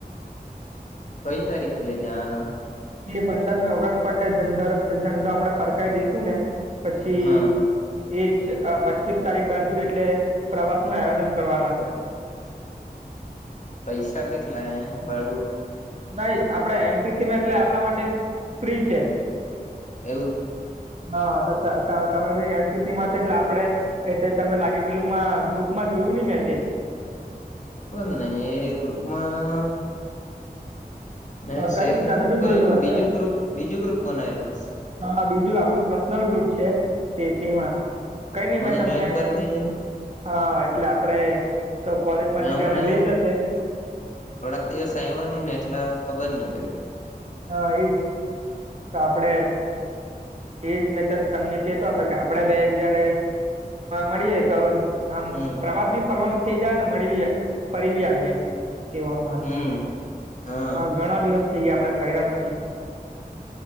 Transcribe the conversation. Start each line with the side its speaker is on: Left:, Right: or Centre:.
Left: કઈ તારીખે લ જના.
Right: પંદરમી ઓગસ્ટ માટે ઝર ઝંડો આપડે ફરકાઈ દેસું ને પછી.
Left: હા
Right: એજ પચીસ તારીખ બાજુ એટલે પ્રવાસ નું આયોજન કરવાના છે.
Left: પૈસા કેટલા એ ભાડું.
Right: નઈ આપડે એનસીસીમાં એટલે આપણા માટે ફ્રી છે.
Left: એવું.
Right: હા તમે બી એનસીસી માં છ એટલે આપડે. એટ તમે લાગે પેલું મા ગ્રુપ માં જોયું ને મેસેજ.
Left: બબર નહી એ ગ્રુપમાં. મે
Right: કઈ
Left: સેકન્ડ
Right: નઈ તમે નઈ
Left: કું
Right: જોયેલું હશે
Left: બીજું ગ્રુપ બીજું ગ્રુપ બનાવેલું.
Right: હા બીજું આપણું પર્સનલ ગ્રુપ છે. તે તેમાં કઈ નહી
Left: મને
Right: મેં તમને.
Left: જોઈન કરી દેજે ને
Right: હા એટલે આપડે તો કોલેજ માંથી
Left: મેં હમણાં
Right: જયારે લઈ જશે.
Left: થોડાક દિવસ આવ્યા ન ને એટલે ખબર નહિ પડી.
Right: હા એજ તો આપડે. એજ મેં ત તમને કતો હતો કે આપડે બે જયારે મળીએ તો. આમ
Left: હમ
Right: પ્રવાસ ભી ફરવાનું થઇ જાય ને મળી બી ફરી બી આવી એમ. કેવાનું મારું
Left: હમ હા
Right: ઘણા દિવસ થ આપડે ફરર્યા નથી.